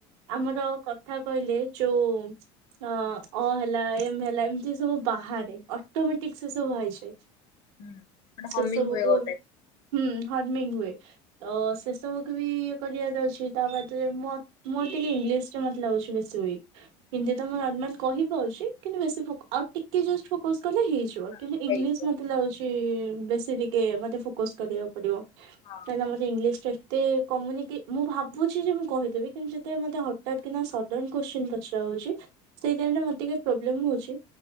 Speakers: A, on the right; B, on the left.
A: ଆମର କଥା କହିଲେ ଯୋଉ ଅ ଅ ହେଲା। ଏ ମେ ହେଲା ଏମିତି ସବୁ ବାହାରେ। ଅଟୋମେଟିକ ସେ ସବୁ ହେଇଚଏ।
B: ହୁଁ ଗୋଟେ ହମିଙ୍ଗ
A: ସେ ସବୁକୁ
B: ହୁଏ ଗୋଟେ।
A: ହୁଁ ହର୍ମିଙ୍ଗ ହୁଏ। ତ ସେ ସବୁକୁ ବି ଇଏ କରିବାର ଅଛି। ତା ବାଦରେ ମ ମୋର ଟିକେ ଇଂଲିଶ ଟା ମତେ ଲାଗୁଛି ବେଶୀ ୱିକ୍। ହିନ୍ଦୀ ତ ମୁଁ ନର୍ମାଲ କହିପାରୁଚି। କିନ୍ତୁ ବେଶି ଫୋକ୍ ଆଉ ଟିକେ ଜଷ୍ଟ ଫୋକସ କଲେ ହେଇଯିବ।
B: ହଁ
A: କିନ୍ତୁ ଇଂଲିଶ
B: ହେଇଯିବ
A: ମ ମତେ ଲାଗୁଛି ବେଶୀ ଟିକେ ମତେ ଫୋକସ କରିବାକୁ ପଡିବ।
B: ହଁ
A: କାହିଁକିନା ମତେ ଇଂଲିଶ ଟା ଟି ଏତେ କମୁନି କି ମୁଁ ଭାବୁଛି ଯେ ମୁଁ କହିଦେବି। କିନ୍ତୁ ଯେତେବେଳେ ମତେ ହଠାତ୍ କି ନା ସ ସଡନ୍ କୋଶ୍ଚିନ ପଚରା ହଉଛି ସେଇ ଟାଇମରେ ମର ଟିକେ ପ୍ରୋବ୍ଲେମ ହଉଚି